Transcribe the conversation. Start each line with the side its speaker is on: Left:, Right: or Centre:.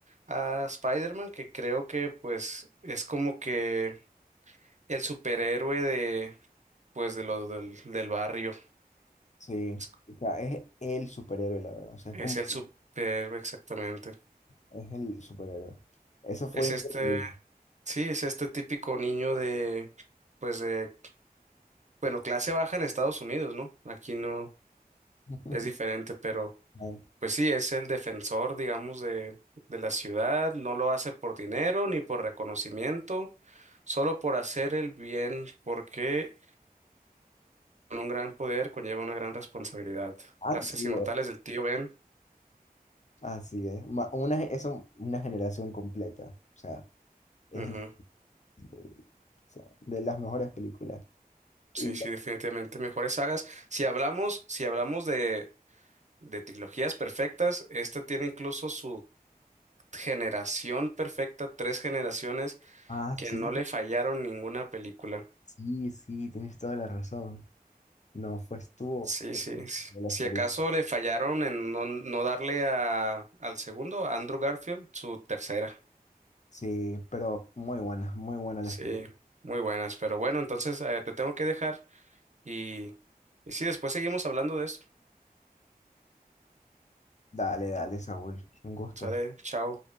Right: a Spider-Man, que creo que pues es como que el superhéroe de pues de los del, del barrio.
Left: Sí.
Right: Es,
Left: O sea, es el superhéroe, la verdad. O sea, es
Right: es
Left: como,
Right: el superhéroe exactamente.
Left: es el superhéroe. Eso fue
Right: Es
Left: increíble.
Right: este, sí, es este típico niño de pues de, bueno, clase baja en Estados Unidos, ¿no? Aquí no
Left: <laughs>
Right: es diferente, pero
Left: No,
Right: Pues sí, es el defensor, digamos, de, de la ciudad, no lo hace por dinero ni por reconocimiento, solo por hacer el bien, porque con un gran poder conlleva una gran responsabilidad.
Left: Así
Right: Frases inmortales
Left: es,
Right: del tío Ben.
Left: así es. Ma- Una, ge- eso, una generación completa. O sea, es
Right: Ujú.
Left: increíble. O sea, de las mejores películas.
Right: Sí,
Left: Y
Right: sí,
Left: la-
Right: definitivamente mejores sagas. Si hablamos, si hablamos de, de trilogías perfectas, esta tiene incluso su generación perfecta, tres generaciones
Left: ah,
Right: que
Left: sí,
Right: no le fallaron ninguna película.
Left: sí, sí, tienes toda la razón. No, fue, estuvo
Right: Sí, sí. sí.
Left: la
Right: Si
Left: experiencia.
Right: acaso le fallaron en no, no darle a, al segundo, a Andrew Garfield, su tercera.
Left: Sí, pero muy buena, muy buena
Right: Sí,
Left: la experiencia.
Right: muy buenas. Pero bueno, entonces eh, te tengo que dejar y, y sí, después seguimos hablando de esto.
Left: Dale, dale, Saúl. Un gusto.
Right: Sale, chao.